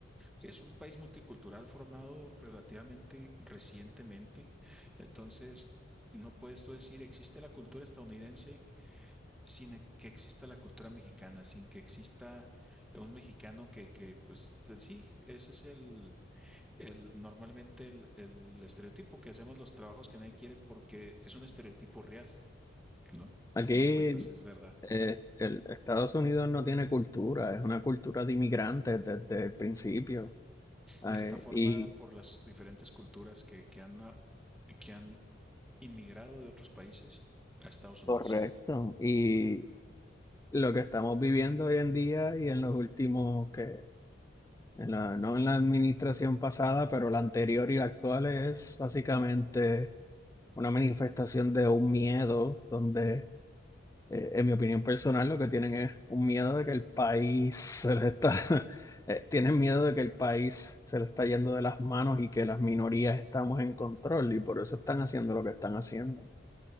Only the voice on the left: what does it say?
aquí
eh, el Estados Unidos no tiene cultura, es una cultura de inmigrantes desde el principio. eh,
y
correcto. Y lo que estamos viviendo hoy en día y en los últimos que, en la- no en la administración pasada, pero la anterior y la actual es básicamente una manifestación de un miedo donde, eh, en mi opinión personal, lo que tienen es un miedo de que el país se les está, <laughs> eh, tienen miedo de que el país se le está yendo de las manos y que las minorías estamos en control y por eso están haciendo lo que están haciendo.